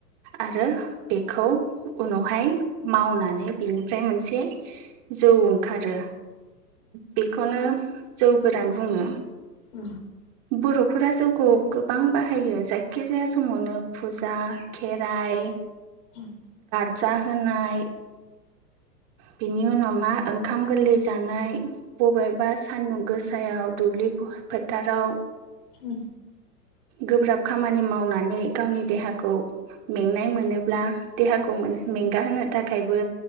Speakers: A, on the right; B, on the left.
A: आरो बेखौ उनावहाय मावनानै बिनिफ्राय मोनसे जौ ओंखारो। बेखौनो जौ गोरान बुङो।
B: औ
A: बर'फोरा जौखौ गोबां बाहायो जायखिजाया समावनो फुजा जा खेराइ
B: उम
A: जाहोनाय बिनि उनाव मा ओंखाम गोरलै जानाय। बबेबा सानदुं गोसायाव दुब्लि फोथाराव
B: उम
A: गोब्राब खामानि मावनानै गावनि देहाखौ मेंनाय मोनोब्ला देहाखौ मेंगा होनो थाखायबो